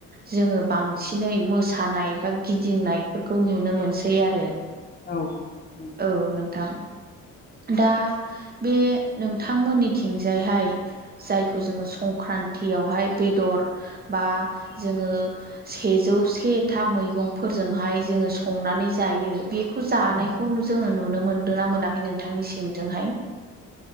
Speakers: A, on the right (about 30°); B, on the left (about 35°).
A: जोङो <unintelligible> बांसिनै मोसानाय बा गिदिंनायफोरखौ नुनो मोनसै आरो
B: औ
A: <unintelligible>
B: नंगौ
A: औ नोंथां दा बे नोंथांमोननिथिंजायहाय जायखौ जोङो संक्रान्त <unintelligible> न्ति यावहाय बेदर बा जोङो सेजौ से था मैगं फोरजोंहाय जोङो संनानै जायो बेखौ जानायखौ
B: औ
A: जोङो नुनो मोनदों ना मोनाखै नों <unintelligible> नोंथांनि सिंजोंहाय